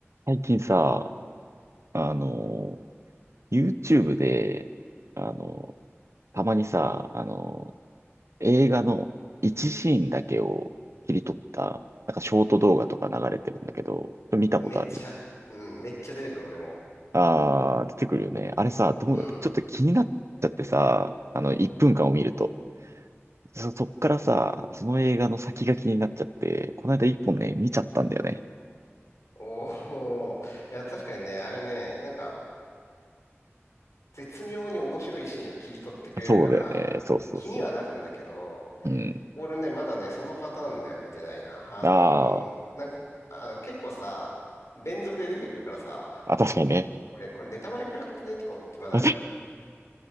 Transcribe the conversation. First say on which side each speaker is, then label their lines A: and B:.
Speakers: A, on the right; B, on the left.
A: 最近さ、あの、YouTube で、あの、たまにさ、あの、映画の一シーンだけを切り取った、なんかショート動画とか流れてるんだけど、それ見たことある
B: めっちゃ、うん、めっちゃ出てくる、俺も。
A: あー、出てくるよね。あれさ、どう、
B: うん。
A: ちょっと気になっちゃってさ、あの、1分間を見ると。そ、そっからさ、その映画の先が気になっちゃって、この間1本ね、見ちゃったんだよね。
B: おお。いや、確かにね、あれね、なんか、絶妙に面白いシーンを切り取ってくれるから、
A: そうだよね。そうそうそ
B: 気にはなるんだけど、
A: う。うん。
B: 俺ね、まだね、そのパターンでは見てないな。あのーなんか、
A: あー、
B: あの、結構さ、連続で出てくるからさ、
A: あ、確かにね。
B: これ、これネタバレ食らってねとか思ってまだ、
A: <laughs>